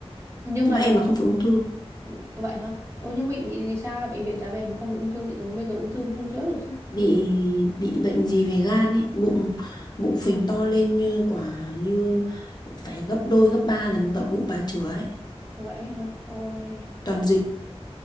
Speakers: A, on the right (about 25°); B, on the left (about 40°).
A: nhưng
B: Nhưng
A: mà
B: bác em là không phải ung thư,
A: ừ, vậy hả ôi nhưng bị bị gì sao là bệnh viện trả về mà không bị ung thư chị tưởng bây giờ ung thư mà không chữa được chứ
B: bị bị bệnh gì về gan ấy, bụng bụng phình to lên như quả như phải gấp đôi gấp ba lần bụng bụng bà chửa ấy.
A: vậy hả ôi
B: toàn dịch